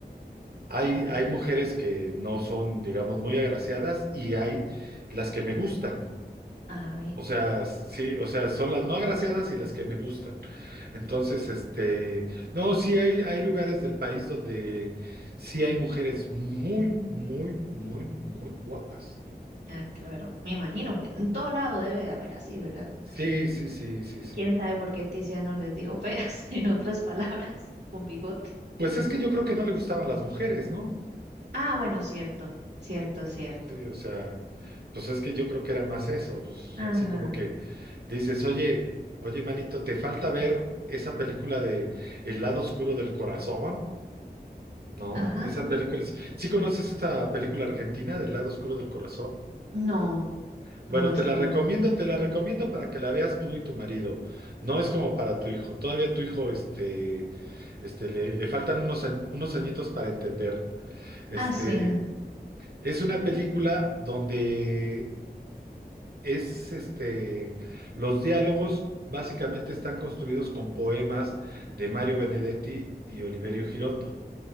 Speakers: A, on the right (about 65°); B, on the right (about 80°).
A: hay, hay mujeres que no son, digamos, muy agraciadas y hay las que me gustan.
B: A ver,
A: O sea, sí, o sea, son las no agraciadas y las que me gustan. Entonces, este, no, sí hay, hay lugares del país donde sí hay mujeres muy, muy, muy, muy guapas.
B: ah, claro, me imagino que en todo lado debe de haber así, ¿verdad?
A: Sí, sí, sí, sí, sí.
B: ¿Quién sabe por qué Tiziano les dijo feas, <laughs> en otras palabras, con bigote?
A: Pues es que yo creo que no le gustaban las mujeres, ¿no?
B: Ah, bueno, cierto, cierto, cierto.
A: Sí, o sea, pues es que yo creo que era más eso, pues
B: Ajá,
A: así como que dices, oye, oye, manito, ¿te falta ver esa película de El lado oscuro del corazón? No,
B: ajá.
A: esa película es... ¿Sí conoces esa película argentina del lado oscuro del corazón?
B: No,
A: Bueno,
B: no, esa
A: te la
B: no.
A: recomiendo, te la recomiendo para que la veas tú y tu marido. No es como para tu hijo. Todavía tu hijo, este, este, le, le faltan unos, añ- unos añitos para entender. Este,
B: Ah, sí. no.
A: es una película donde es, este, los diálogos básicamente están construidos con poemas de Mario Benedetti y Oliverio Girondo.